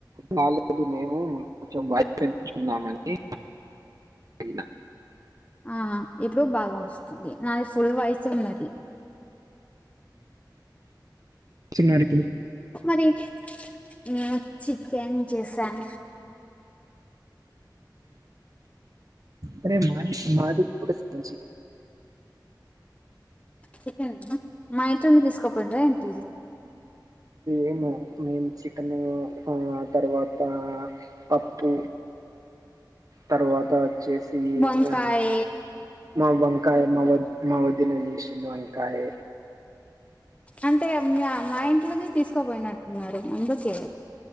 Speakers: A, on the right; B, on the left.
A: బాలేదు మేము కొంచెం వ పెంచంచుకున్నామని అవున
B: ఆ ఇప్పుడు బాగా వస్తుంది నాది ఫుల్ వయసు ఉన్నది
A: చిన్నారికి
B: మరి మేము చికెన్ చేసాం
A: అరే మాది మాది సం
B: క మా ఇట్ని తీసుకోపోంరా ఎంటిది
A: ఏమో మేము చికెన్ ఆ తర్వాత పప్పు తరువాత వచ్చేసి
B: వంకాయ
A: ఆ మా వంకాయ మా వ మా వద్ద దినజేషిన్ అంకాయ
B: అంటే మా ఇంట్లో తీసుకోపోయినట్టున్నారు అందుకే